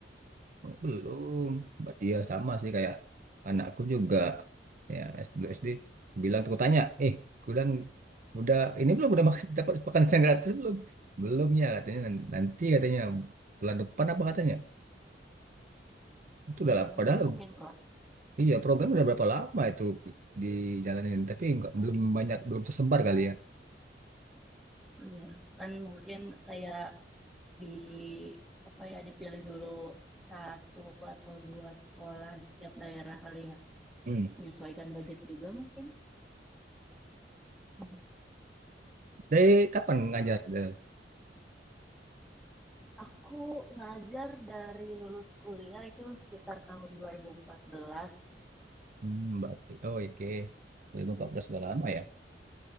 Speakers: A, on the right; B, in the centre.
A: Oh, belum. Berarti ya sama sih kayak anakku juga ya S2 SD aku bilang aku tanya, eh aku bilang udah ini belum udah maksud dapat makanan yang gratis belum? Belum ya katanya nan- nanti katanya bulan depan apa katanya? Itu udah
B: Iya,
A: lah, padahal
B: ma- mungkin proses.
A: Iya, program udah berapa lama itu dijalanin, tapi nggak belum banyak belum tersebar kali ya.
B: Iya, kan mungkin kayak di apa ya dipilih dulu satu atau dua sekolah di setiap daerah kali ya.
A: Hmm.
B: Menyesuaikan budget juga mungkin. Mhm.
A: Dari kapan ngajar? Del?
B: Aku ngajar dari lulus kuliah itu sekitar tahun 2014.
A: Hmm, berarti. Oh, oke. 2014 udah lama ya.